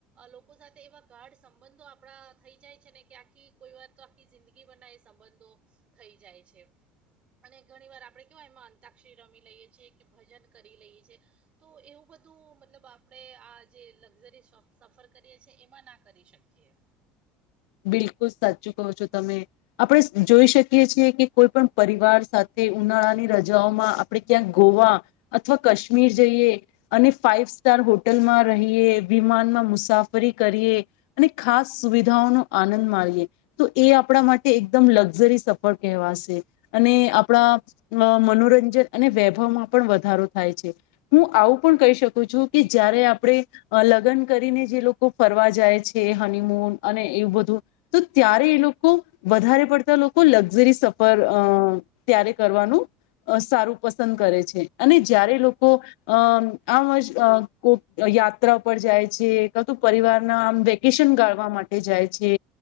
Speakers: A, on the right; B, on the left.
A: લોકો સાથે એવા ગાઢ સંબંધો આપણા થઈ જાય છે ને કે આખી કોઈ વાર તો આખી જિંદગી બના એ સંબંધો થઈ જાય છે અને ઘણી વાર આપણે કેવાય, એમાં અંતાક્ષરી રમી લઈએ છીએ કે, ભજન કરી લઈએ છીએ. તો એવું બધું, મતલબ આપણે આ જે લક્ઝરી સફર કરીએ છીએ, એમાં ના કરી શકીએ.
B: બિલકુલ, સાચું કહો છો, તમે આપણે જોઈ શકીએ છીએ કે, કોઈ પણ પરિવાર સાથે ઉનાળાની રજાઓમાં આપણે ક્યાંક ગોવા અથવા કાશ્મીર જઈએ. અને ફાાઈવ સ્ટાર હોટલમાં રહીએ, વિમાનમાં મુસાફરી કરીએ. અને ખાસ સુવિધાઓનો આનંદ માણીએ તો, એ આપણા માટે એકદમ લક્ઝરી સફર કવાશે, અને આપણા અ મનોરંજન અને વૈભવમાં પણ વધારો થાય છે. હું આવું પણ કહી શકું છું કે, જ્યારે આપણે અ લગ્ન કરીને જે લોકો ફરવા જાય છે, હનીમૂન અને એવું બધું. તો ત્યારે એ લોકો વધારે પડતા લોકો, લક્ઝરી સફર અ ત્યારે કરવાનું સારું પસંદ કરે છે, અને જ્યારે લોકો અમ આમ કોક યાત્રા પર જાય છે, ક તું પરિવારના આમ વ્યક્તિ વેકેશન ગાળવા માટે જાય છે